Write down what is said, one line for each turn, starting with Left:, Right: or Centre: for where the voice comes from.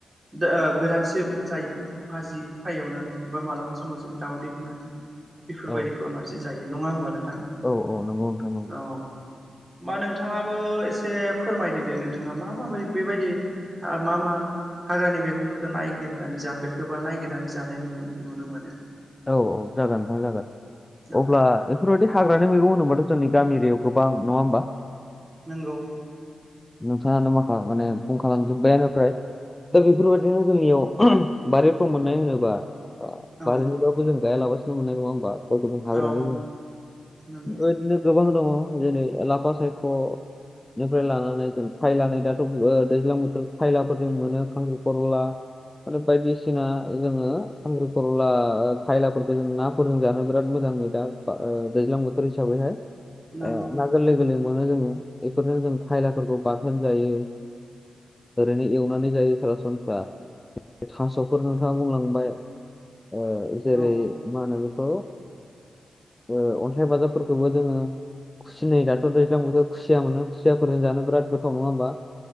Right: गोदानसे जायो भाजि फ्राय एवनानै बा मालाबा समाव जों दाउदै होनानै बेफोरबायदि
Left: औ
Right: खालामनासो जायो नङा होमबा नोंथां
Left: औ औ नंगौ नोंथां नंगौ
Right: औ मा नोंथाङाबो एसे फोरमायदो दे नोंथाङा मा माबा बेबायदि मा मा हाग्रानि मैगंफोरखौ नायगिरनानै जाफेरखोबा नायगिरनानै जानाय नुनो मोनो
Left: औ औ जागोन नोंथां जागोन
Right: औ
Left: अब्ला बेफोरबायदि हाग्रानि मैंगं होनोब्लााथ' जोंनि गामि एरिायाव गोबा नङा होमबा
Right: नोंगौ
Left: नोंथाङानो मा माने बुं खालामजोब्बायानोफ्राय दा बेफोरबायदिनो जोंनियाव बारिफ्राव मोननाय होनोबा अ
Right: औ
Left: बारिनि बाबो जों गायालाबासेनो मोन्नाय नङा होमबा? गावसिनि हाग्रानि
Right: औ
Left: बुङो
Right: नंगौ
Left: बेबायदिनो गोबां दङ जेरै लाफा सायख' निफ्राय लानानै जों खायला नै दाथ' ओ दैज्लां बोथोर खायलाफोर जों मोनो खांख्रि खरला आरो बायदिसिना जोङो खांख्रिखरला खायलाफोरफोरखौ जों नाफोरजों जानो बिराद मोजां मैदा ओ दैज्लां बोथोर हिसाबैहाय।
Right: नंगौ
Left: आ ना गोरलै गोरलै मोनो जोङो बेफोरजों जों खायलाफोरखौ बाथोन जायो। ओरैनो एवनानै जायो सरासनफ्रा थास'खौ नोंथाङा बुंलांबाय ओ जेरै
Right: औ
Left: मा होनो बेखौ ओ अनथाइ बाजाबफोरखौबो जोङो खुसिनै दाथ' दैज्लांबोथ' खुसिया मोनो खुसियाफोरजों जानो बिराद गोथाव। नङा होमबा?